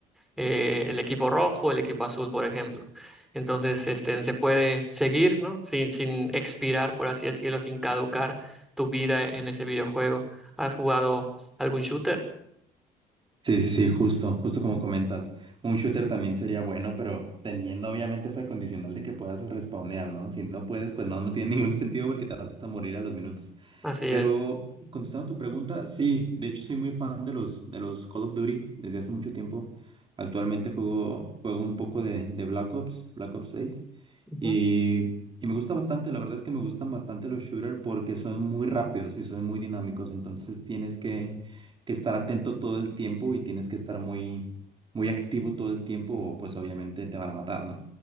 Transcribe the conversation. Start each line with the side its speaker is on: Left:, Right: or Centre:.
Centre: eh, el equipo rojo, el equipo azul, por ejemplo. Entonces, este, se puede seguir, ¿no? Sin, sin expirar, por así decirlo, sin caducar tu vida en ese videojuego. ¿Has jugado algún shooter?
Right: Sí, sí, sí, justo, justo como comentas. Un shooter también sería bueno, pero teniendo obviamente esa condicional de que puedas respawnear, ¿no? Si no puedes, pues no, no tiene ningún sentido porque te vas a morir a los minutos.
Centre: Así
Right: Pero
Centre: es.
Right: contestando tu pregunta, sí, de hecho soy muy fan de los, de los Call of Duty desde hace mucho tiempo. Actualmente juego, juego un poco de, de Black Ops, Black Ops seis
Centre: Ujú.
Right: Y, y me gusta bastante, la verdad es que me gustan bastante los shooters porque son muy rápidos y son muy dinámicos. Entonces tienes que, que estar atento todo el tiempo y tienes que estar muy, muy activo todo el tiempo o pues obviamente te van a matar, ¿no?